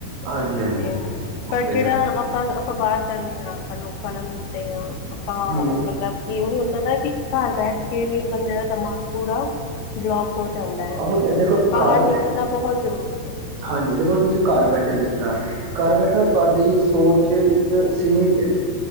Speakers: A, on the right (about 80°); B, on the left (about 70°).
A: ਹਾਂਜੀ ਹਾਂਜੀ
B: ਤੇ
A: ਉਹ
B: ਪਰ
A: ਤੇ
B: ਜੇੜਾ
A: ਹੈ
B: ਆਪਾਂ- ਆਪਾਂ ਬਾਹਰ ਜਾਂਨੇ ਆਂ। ਆਪਾਂ ਲੋਕਾਂ ਨਾਲ ਮਿਲਦੇ ਆ। ਆਪਾਂ
A: ਹੂੰ,
B: ਮਤਲਬ ਕਿ ਓ ਹੁੰਦਾ ਨਾ ਕਿ ਘਰ ਬੈਠ ਕੇ ਵੀ ਬੰਦੇ ਦਾ ਦਿਮਾਗ ਪੂਰਾ ਬਲੋਕ ਹੋ ਜਾਂਦਾ ਐ।
A: ਉਹ ਤੇ ਦੇਖੋ
B: ਬਾਹਰ
A: ਘਰ ਬੈਠ
B: ਨਿਕਲਣਾ ਬਹੁ ਜ਼ਰੂਰੀ ਐ।
A: ਹਾਂਜੀ ਦੇਖੋ ਤੁਸੀਂ ਘਰ ਬੈਠੇ ਓ ਜਿਸ ਤਰ੍ਹਾਂ। ਘਰ ਬੈਠਣਾ ਤੁਆਡੀ ਸੋਚ ਇੱਕ ਸੀਮਿਤ